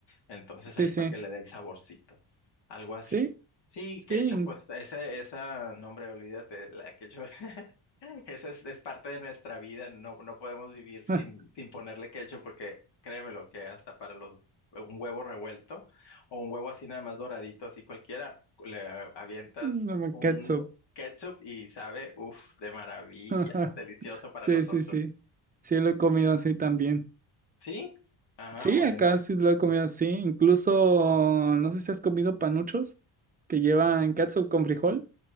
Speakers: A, on the left; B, on the right.
A: Entonces
B: Sí,
A: ahí
B: sí.
A: para que le dé el saborcito. Algo así.
B: Sí,
A: Sí,
B: sí.
A: que hecho, pues ese, esa, no hombre, olvídate, la que hecho, <laughs> esa es, es parte de nuestra vida, no, no podemos vivir sin,
B: <laughs>
A: sin ponerle hecho, porque créemelo que hasta para los, un huevo revuelto o un huevo así nada más doradito, así cualquiera, le a- avientas
B: No,
A: un
B: Ketchup.
A: ketchup y sabe, uff, de maravilla,
B: <laughs>
A: delicioso para
B: Sí,
A: nosotros.
B: sí, sí. Sí, lo he comido así también.
A: ¿Sí? Ah,
B: Sí,
A: bueno.
B: acá sí lo he comido así. Incluso, no sé si has comido panuchos que llevan catsup con frijol.